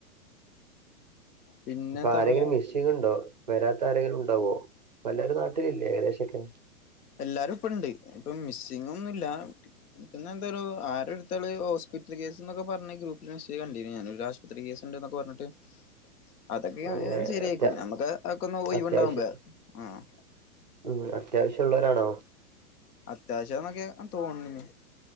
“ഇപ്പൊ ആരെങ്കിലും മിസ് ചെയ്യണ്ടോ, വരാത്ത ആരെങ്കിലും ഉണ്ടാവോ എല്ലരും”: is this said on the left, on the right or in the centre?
Right